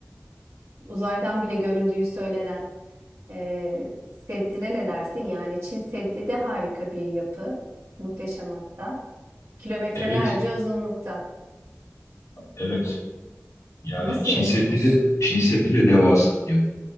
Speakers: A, on the right; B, on the left.
A: uzaydan bile göründüğü söylenen e, Seddi'ne ne dersin? Yani Çin Seddi de harika bir yapı. Muhteşem hatta. Kilometrelerce
B: Evet
A: uzunlukta.
B: evet yani
A: Nasıl
B: Çin
A: yapılmış?
B: Seddi de Çin Seddi de devasa bir yapı.